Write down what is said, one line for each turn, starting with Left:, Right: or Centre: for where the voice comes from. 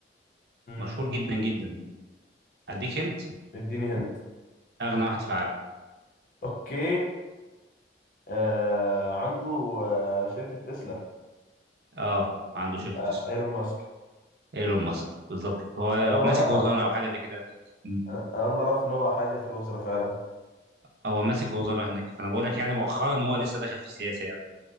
Left: مم،
Right: مشهور جدا جدا أديك أنت
Left: اديني هند
Right: أغنى واحد في العالم
Left: اوكي آه عنده آه شركة تسلا
Right: اه عنده
Left: يبقى
Right: شركة تسلا
Left: ايلون ماسك
Right: ايلون ماسك بالظبط كده هو
Left: انا أول
Right: ماسك
Left: مرة-
Right: وزارة أو حاجة زي كده هناك م.
Left: انا انا اول مره اعرف ان هو حاجه في الوزراء فعلا
Right: هو ماسك وزارة هناك فأنا بقول لك يعني مؤخرا هو لسه داخل في السياسة يعني